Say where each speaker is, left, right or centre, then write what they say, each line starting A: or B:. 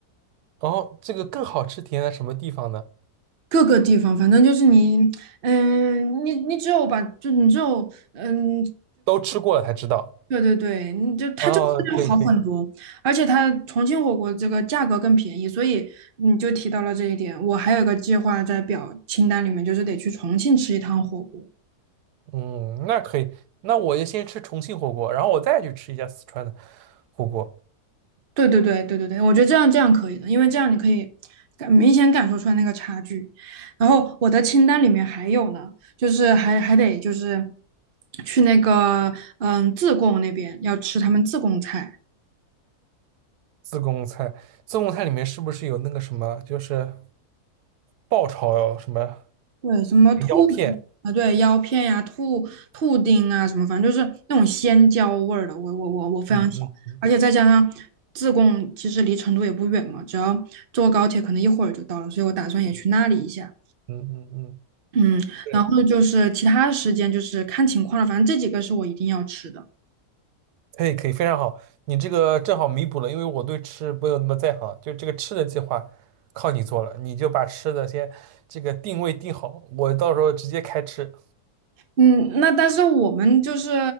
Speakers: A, on the right; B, on the right.
A: 然后这个更好吃体现在什么地方呢？
B: 各个地方，反正就是你，嗯，你你只有把，就你只有，嗯，
A: 都吃过了才知道。
B: 对对对，你就它就是要好很多，
A: 哦，哦，可以可以，
B: 而且它重庆火锅这个价格更便宜，所以你就提到了这一点。我还有一个计划在表清单里面，就是得去重庆吃一趟火锅。
A: 嗯，那可以，那我就先吃重庆火锅，然后我再去吃一下四川的火锅。
B: 对对对对对对，我觉得这样这样可以的，因为这样你可以感明显感受出来那个差距。然后我的清单里面还有呢，就是还还得就是去那个嗯自贡那边要吃他们自贡菜，
A: 自贡菜，自贡菜里面是不是有那个什么，就是爆炒什么
B: 对，什么兔子啊，
A: 腰片？
B: 对，腰片呀、兔兔丁啊，什么反正就是那种鲜椒味儿的，我我我我非常喜欢。
A: 嗯嗯。
B: 而且再加上自贡其实离成都也不远嘛，只要坐高铁可能一会儿就到了，所以我打算也去那里一下。
A: 嗯嗯嗯，
B: 嗯，
A: 对，
B: 然后就是其他的时间就是看情况了，反正这几个是我一定要吃的。
A: 可以可以，非常好，你这个正好弥补了，因为我对吃没有那么在行，就这个吃的计划靠你做了，你就把吃的先这个定位定好，我到时候直接开吃。
B: 嗯，那但是我们就是